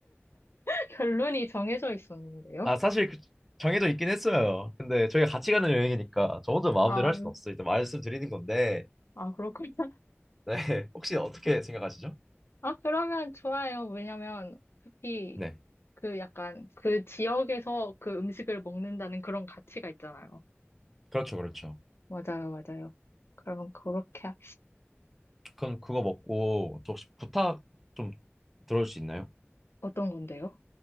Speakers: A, on the left; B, in the centre.
A: <laughs> 결론이 정해져 있었는데요.
B: 아, 사실 그- 정해져 있긴 했어요. 근데 저희가 같이 가는 여행이니까 저 혼자 마음대로
A: 아,
B: 할 수는 없어. 일단 말씀드리는 건데,
A: 아, 그렇군요. <laughs>
B: 네. <laughs> 혹시 어떻게 생각하시죠?
A: 아, 그러면 좋아요. 왜냐면 어차피
B: 네,
A: 그 약간 그 지역에서 그 음식을 먹는다는 그런 가치가 있잖아요.
B: 그렇죠, 그렇죠.
A: 맞아요, 맞아요. 그러면 그렇게 하-
B: 그럼 그거 먹고 저 혹시 부탁 좀 들어줄 수 있나요?
A: 어떤 건데요?